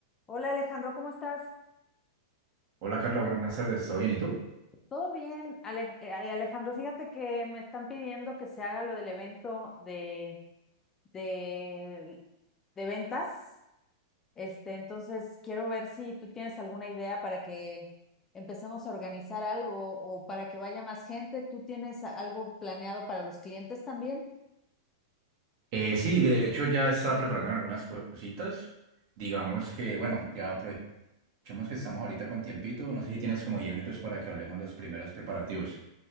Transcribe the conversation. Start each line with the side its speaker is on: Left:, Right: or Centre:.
Left: Hola Alejandro, ¿cómo estás?
Right: Hola Carla, buenas tardes, ¿todo bien? ¿Y tú?
Left: ¿Todo bien? Ale- eh, Alejandro, fíjate que me están pidiendo que se haga lo del evento de, de, de ventas. Este, entonces quiero ver si tú tienes alguna idea para que empecemos a organizar algo o para que vaya más gente. ¿Tú tienes a- algo planeado para los clientes también?
Right: Eh, sí, de hecho ya estaba preparando algunas cositas. Digamos que, bueno, ya aprovechemos que estamos ahorita con tiempito. No sé si tienes como 10 minutos para que hablemos los primeros preparativos.